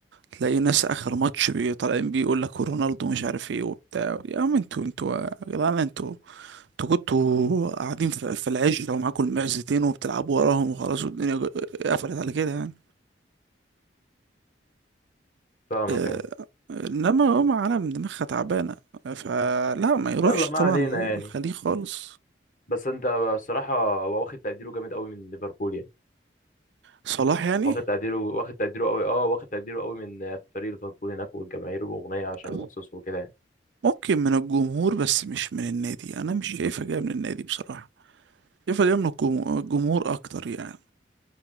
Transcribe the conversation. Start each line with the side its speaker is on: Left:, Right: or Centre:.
Right: تلاقي ناس اخر ماتش بي- طالعين بيقول لك رونالدو مش عارف ايه وبتاع يا عم انتوا انتوا يا جدعان انتوا انتوا كنتوا قاعدين في في العشة ومعاكم المعزتين وبتلعبوا وراهم وخلاص والدنيا جو- قفلت على كده يعني
Left: فاهمك
Right: آه،
Left: يعني
Right: انما هم عالم دماغها تعبانة فلا ما يروحش
Left: يلا ما
Right: طبعا
Left: علينا يعني
Right: الخليج خالص
Left: بس انت الصراحه هو واخد تقديره جامد قوي من ليفربول يعني
Right: صلاح يعني
Left: واخد تقديره واخد تقديره قوي اه واخد تقديره قوي من فريق ليفربول هناك والجماهير واغنيه عشان
Right: م-
Left: مخصوص وكده يعني.
Right: ممكن من الجمهور بس مش من النادي انا مش شايفها جاية من النادي بصراحة شايفها جاية من الجمهور الجمهور اكتر يعني